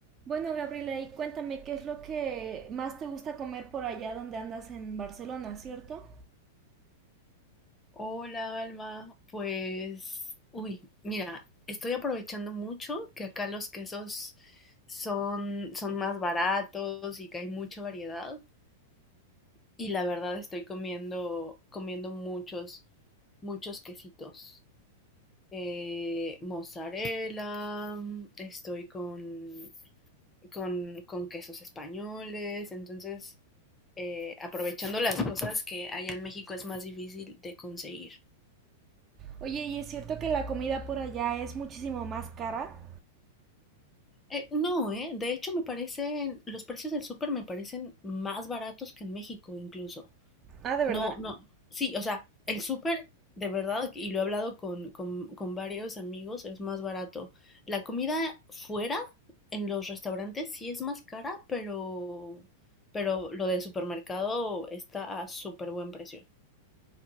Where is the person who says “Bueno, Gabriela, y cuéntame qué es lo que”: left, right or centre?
Right